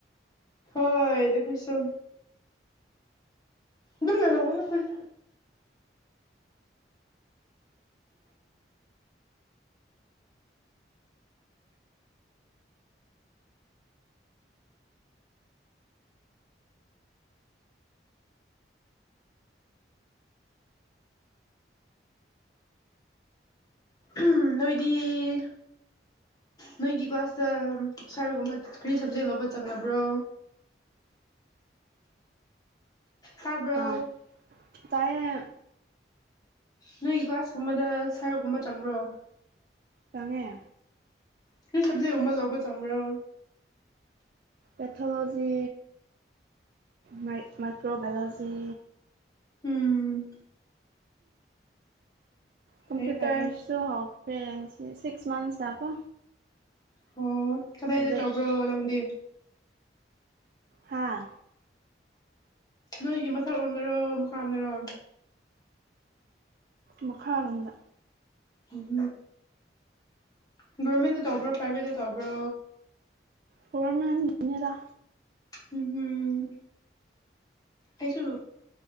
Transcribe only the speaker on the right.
ꯑꯥ ꯇꯥꯏꯌꯦ
ꯆꯪꯉꯦ
ꯄꯦꯊꯣꯂꯣꯖꯤ ꯃꯥꯏ ꯃꯥꯏꯀ꯭ꯔꯣꯃꯦꯂꯣꯖꯤ
ꯀꯝꯄ꯭ꯌꯨꯇꯔꯁꯨ
ꯍꯧꯈ꯭ꯔꯦ ꯉꯁꯤ ꯁꯤꯛꯁ ꯃꯟꯁꯇꯀꯣ
ꯁꯕꯖꯦꯛ
ꯍꯥꯥ
ꯃꯈꯥꯔꯣꯝꯗ
ꯒꯣꯚꯔꯃꯦꯟꯒꯤꯅꯦꯗ